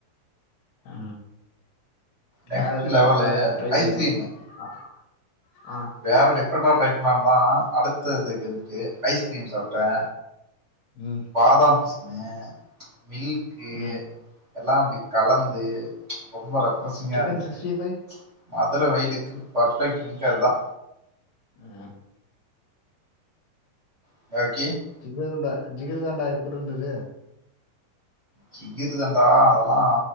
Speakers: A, on the left; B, on the right.
A: ஆ
B: நெக்ஸ்ட்
A: வேற ஏதும்
B: லெவலு
A: டிஃப்ரண்டா ச ட்ரை பண்ணி
B: ஐஸ்கிரீமு
A: பாக் அ ஆ
B: வேற டிஃப்ரெண்ட்டா ட்ரை பண்ண தா அடுத்ததுக்கு வந்துட்டு ஐஸ்கிரீம் சாப்ட்டே
A: ம்
B: பாதாம் பிசினு மில்க்கு
A: ம்
B: எல்லா அப்டி கலந்து
A: சிக்
B: ரொம்ப ரெஃப்ரஸிங்கா
A: சிக்கன்
B: இருந்துச்சு
A: சிக்ஸ்டி ஃபைவ்
B: மதுர வெயிலுக்கு பர்ஃபெக்ட் ட்ரிங்க் அது தா
A: ம்
B: <unintelligible>
A: ஜிகிதண்டா ஜிகிர்தண்டா எப்டி இருந்துது
B: ஜிகிர்தண்டா அதெல்லா